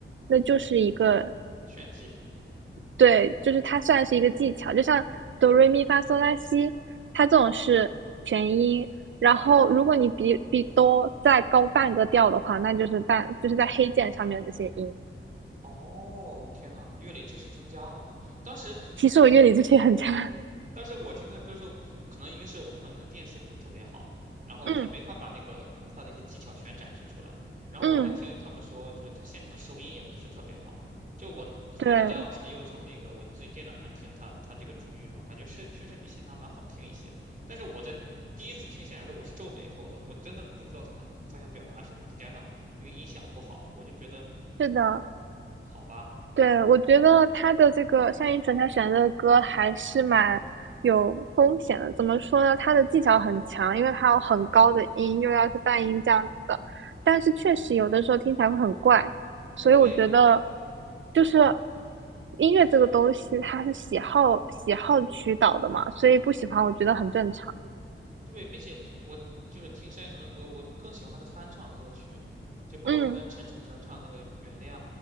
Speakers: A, on the right; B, on the right.
A: 那就是一个
B: 炫技。
A: 对，就是它算是一个技巧，就像哆瑞咪发嗦拉西，它这种是全音。
B: 嗯。
A: 然后，如果你比比哆再高半个调的话，那就是半，就是在黑键上面这些音。
B: 哦，天呐，乐理知识增加了。当时，
A: 其实我乐理这些很差。
B: 当时我听他的歌时候，可能一个是我朋友那个电视不是特别好，然后他没法把那个他的那些技巧全展示出来。
A: 嗯
B: 然后我还听他们说，
A: 嗯，
B: 就是他现场的收音也不是特别好。就我回到家，
A: 对，
B: 我自己又从那个我自己电脑上听他他这个《珠玉》嘛，感觉是确实比现场版好听一些。但是我在第一次听现场的时候，我是皱眉头的，我真的不知道他想他想表达什么，再加上那个音响不好，我就觉得，
A: 是的，
B: 嗯，好吧。
A: 对，我觉得他的这个单依纯，他选的歌还是蛮有风险的。怎么说呢？他的技巧很强，因为他有很高的音，又要是半音这样子的。但是确实有的时候听起来会很怪，所以我觉得
B: 对，
A: 就是
B: 嗯，
A: 音乐这个东西，
B: 是的，
A: 它是喜好喜好驱导的嘛，所以不喜欢我觉得很正常。
B: 对，并且我就是听单依纯的歌，我更喜欢她的翻唱歌曲，就包括她跟陈楚生唱那个《原谅》，
A: 嗯